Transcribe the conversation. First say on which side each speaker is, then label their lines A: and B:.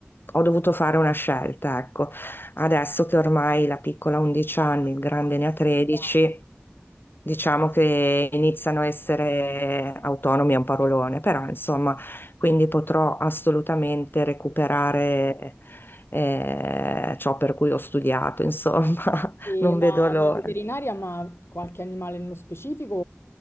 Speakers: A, on the left; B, on the left.
A: ho dovuto fare una scelta, ecco. Adesso che ormai la piccola ha 11 anni, il grande
B: Ah,
A: ne
B: beh,
A: ha 13,
B: sono grandi.
A: Diciamo che iniziano a essere autonomi, è un parolone,
B: Cer
A: però insomma, quindi potrò assolutamente recuperare eh, ciò per cui ho studiato, insomma, <laughs>
B: E
A: non
B: ma
A: vedo l'ora.
B: veterinaria, ma qualche animale nello specifico